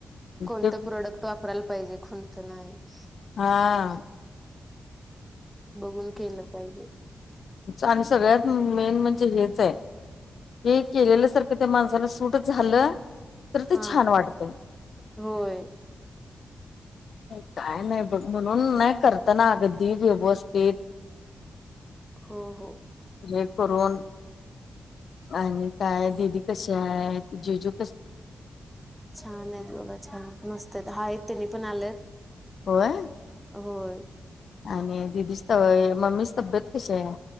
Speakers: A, in the centre; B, on the left (about 65°).
A: कोणत
B: ते
A: प्रोडक्ट वापरा <inaudible>
B: हा
A: बघून केलं पाहिजे
B: आणि सगळ्यात मेन म्हणजे हेच आहे हे केलेलं सारखं त्या माणसाला सूट झालं तर ते
A: हा
B: छान वाटते
A: होय
B: काय नाही बघ म्हणून नाही करताना अगदी व्यवस्थित ते.
A: हो हो--.
B: हे करून आणि काय दिदी कसे हाय? जिजू
A: छान आहेत बघा छान मस्त आहेत तेन्ही पण आलेत
B: होय!
A: होय.
B: आणि दिदीच त मम्मीचि तब्येत कशी आहे?